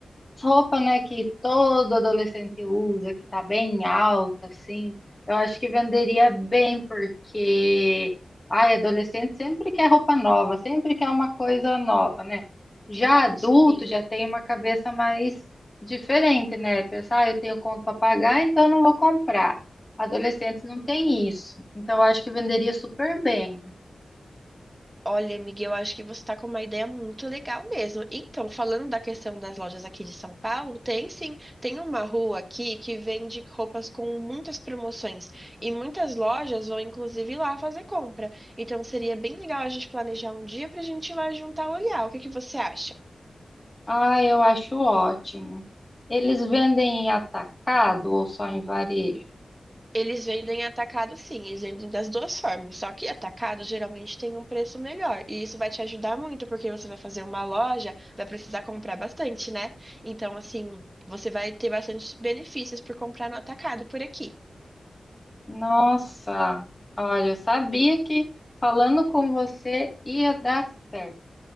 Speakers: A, on the left; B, on the right.
A: roupa, né, que todo adolescente usa, que tá bem alta, assim, eu acho que venderia bem, porque, ai, adolescente sempre quer roupa nova, sempre quer uma coisa nova, né? Já adulto
B: Sim.
A: já tem uma cabeça mais diferente, né? Pensar, ah, eu tenho conta para pagar, então não vou comprar. Adolescente não tem isso, então eu acho que venderia super bem.
B: Olha, Miguel, eu acho que você está com uma ideia muito legal mesmo. Então, falando da questão das lojas aqui de São Paulo, tem sim, tem uma rua aqui que vende roupas com muitas promoções e muitas lojas vão inclusive lá fazer compra. Então, seria bem legal a gente planejar um dia para a gente ir lá juntar e olhar. O que que você acha?
A: Ah, eu acho ótimo. Eles vendem em atacado ou só em varejo?
B: Eles vendem atacado, sim, eles vendem das duas formas. Só que atacado geralmente tem um preço melhor. E isso vai te ajudar muito, porque você vai fazer uma loja, vai precisar comprar bastante, né? Então, assim, você vai ter bastante benefícios por comprar no atacado por aqui.
A: Nossa, olha, eu sabia que falando com você ia dar certo.